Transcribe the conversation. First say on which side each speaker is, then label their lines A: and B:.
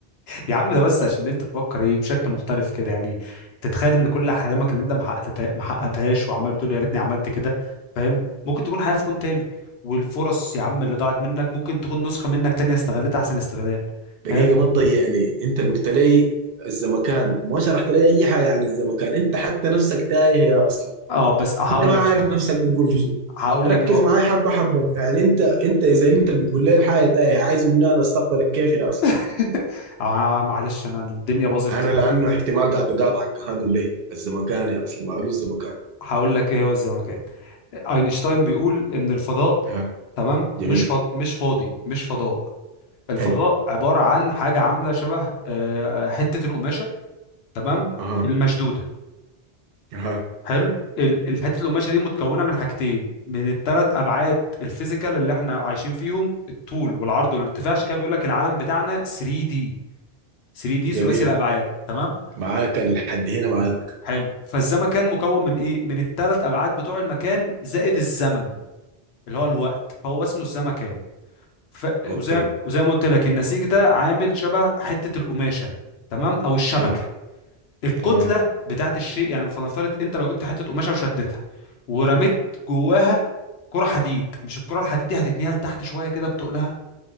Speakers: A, on the left; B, on the right.
A: يا عم ده بس عشان انت تفكر ايه بشكل مختلف كده يعني تتخيل ان كل احلامك اللي انت ما حققتها- ما حققتهاش وعمال بتقول يا ريتني عملت كده فاهم ممكن تكون حياة في كون تاني والفرص يا عم اللي ضاعت منك ممكن تكون نسخة منك تانية استغلتها احسن استغلال
B: دقيقة
A: فاهم
B: ما تضيعني انت قلت لي الزمكان ما شرحت لي اي حاجة عن الزمكان انت حتى نفسك تايه يا اصلا
A: اه بس هقول
B: انت ما
A: لك
B: عارف نفسك بتقول في شنو
A: هقول
B: ركز
A: لك ايه هو
B: معاي حبة حبة يعني انت انت اذا انت اللي بتقول لي الحاجة تايه عايز مني انا استقبلك كيف يا اصلا
A: <laughs> آه، معلش انا الدنيا باظت
B: انا
A: يعني
B: لانه احتمال قاعد اقاطعك هقول لي الزمكان يا اصلي معلوش الزمكان
A: هقول لك ايه هو الزمكان آه، اينشتاين بيقول ان الفضاء
B: ها
A: تمام
B: جميل
A: مش فض... مش فاضي مش فضاء الفضاء
B: حلو
A: عبارة عن حاجة عاملة شبه آه، حتة القماشة تمام
B: اها
A: المشدودة
B: اها
A: حلو ال- الحتة القماشة دي متكونة من حاجتين من الثلاث أبعاد الفيزيكال اللي احنا عايشين فيهم الطول والعرض والارتفاع عشان كده بيقول لك العالم بتاعنا 3 دي 3 دي
B: جميل
A: ثلاثي الأبعاد تمام
B: معاك انا لحد هنا معاك
A: حلو فالزمكان مكون من ايه من الثلاث أبعاد بتوع المكان زائد الزمن اللي هو الوقت فهو اسمه الزمكان ف... وزي
B: اوكي
A: وزي ما قلت لك النسيج ده عامل شبه حتة القماشة تمام او الشبكة
B: حلو
A: الكتله
B: تمام
A: بتاعت الشيء يعني فلنفترض انت لو جبت حته قماشه وشدتها ورميت جواها كره حديد مش الكره الحديد دي هتتنيها لتحت شويه كده بتقلها